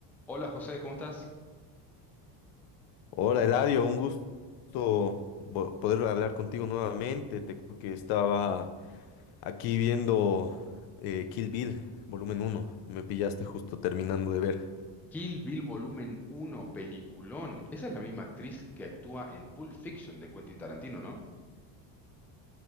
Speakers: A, in the centre; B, on the left.
A: Hola José, ¿cómo estás?
B: Hola Eladio, un gusto vo- poder hablar contigo nuevamente. Te cuento que estaba aquí viendo eh, Kill Bill, volumen uno. Me pillaste justo terminando de ver.
A: Kill Bill Volumen 1, peliculón. Esa es la misma actriz que actúa en Pulp Fiction de Quentin Tarantino, ¿no?